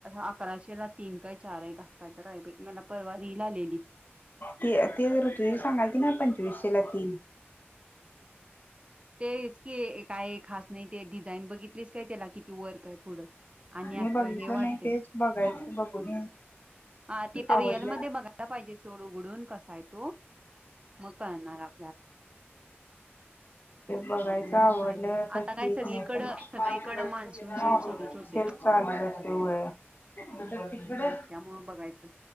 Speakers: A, on the right; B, on the left.
A: अकराशे ला तीन काय चार एक तर हाय बाई मला परवा रील आलेली.
B: ते ते तर ऋतुजा सांगाल की ना पंचवीसशेला तीन.
A: तेच की काय खास नाही ते डिझाईन बघितली. बग त्याला किती वर्क आहे पुढं आणि
B: मी
A: असं
B: बघितलं
A: हे वाटतय
B: नाही तेच बघायचं
A: बघ.
B: बघून
A: हा तिथ
B: आवडलं
A: रिअलमध्ये बघायला पाहिजे सोडू उघडून कसा आहे तो मग कळणार आप.
B: बघायच आवडलं
A: मग काय
B: तर
A: आता काय
B: ठीक
A: सगळीकडं
B: नाहीतर
A: सगळीकडं मान्सून सेल
B: हो
A: सुरूच होतय
B: सेल् चालू जस वय <unintelligible> इकडे
A: हम्म
B: तिकडे.
A: त्यामुळं बघायचं